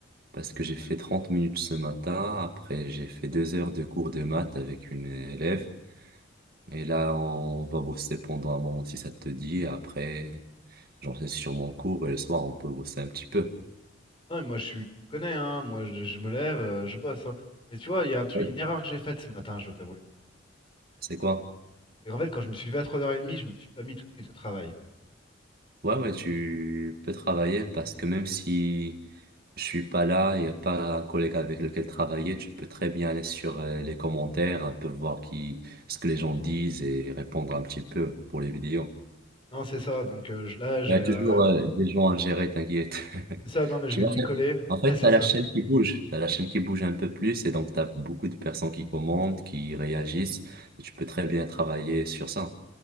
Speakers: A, on the right; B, on the left.
A: parce que j'ai fait 30 minutes ce matin. Après, j'ai fait deux heures de cours de maths avec une élève. Et là, on va bosser pendant un moment si ça te dit. Après, j'en sais sur mon cours et le soir, on peut bosser un petit peu.
B: Ouais, moi je suis. Tu me connais, hein. Moi je, je me lève, euh, je bosse. hein. Mais tu vois, il y a un truc,
A: Ouais.
B: une erreur que j'ai faite ce matin, je dois t'avouer. mon ami.
A: C'est quoi?
B: Et en fait, quand je me suis levé à 3h30, je me suis pas mis tout de suite au travail.
A: Ouais, ouais, tu peux travailler parce que même si je suis pas là, il n'y a pas un collègue avec lequel travailler, tu peux très bien aller sur euh, les commentaires, un peu voir qui, ce que les gens disent et répondre un petit peu pour les vidéos.
B: Non, c'est ça. Donc euh, je- là, je
A: Il y
B: vais.
A: a toujours
B: euh,
A: euh, des gens à gérer, t'inquiète.
B: C'est
A: <laughs>
B: ça, non, mais je
A: Je
B: vais
A: sais
B: m'y coller.
A: pas, En
B: Ouais,
A: fait, tu
B: c'est
A: as
B: ça.
A: la chaîne qui bouge, tu as la chaîne qui bouge un peu plus et donc tu as beaucoup de personnes qui commentent, qui réagissent et tu peux très bien travailler sur ça.